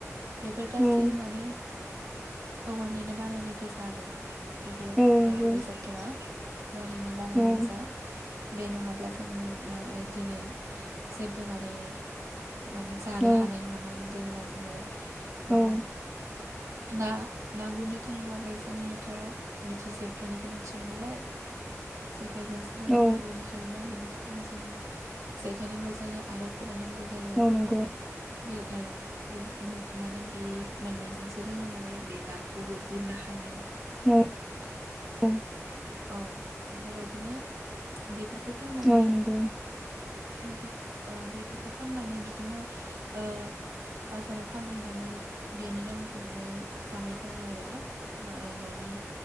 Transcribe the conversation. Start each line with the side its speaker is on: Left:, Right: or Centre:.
Right: बेफोर गासैबो
Centre: औ
Right: माने औवानिनो बानायनाय गोजा आरो बेफोर
Centre: औ नंगौ
Right: बेसादफोरा औवानिनो बानायनाय
Centre: औ
Right: गोजा बे नङाब्ला जों मा दिनै जेबो माने माने जानो
Centre: औ
Right: हानाय नोङामोन जेनेबा जोङो
Centre: औ
Right: ओम
Centre: <inaudible>
Right: ना ना गुरनो थांब्लाबो जोंनोथ बिदि जेखाइनि गोनांथि जायो नालाय
Centre: <inaudible>
Right: जेखायजोंसो जोङो
Centre: औ
Right: ना गुरनो हायोना बेनि थाखायनो जोङो जेखाय नांगौ जायो आरो खब बाय नांगौ जायो
Centre: औ नंगौ
Right: बि औ माने बि मोननैजोंसो जोङो माने बे नाखौबो गुरनो हायो
Centre: औ औ
Right: औ बेफोरबायदिनो बेफोरखौ फाननानै
Centre: औ नंगौ
Right: बेफोर औ बेफोरखौ फाननानै बिदिनो ओ बाजाराव फानहैनानै बेनि रांजोंनो जानाय जायो आरो ओ ननि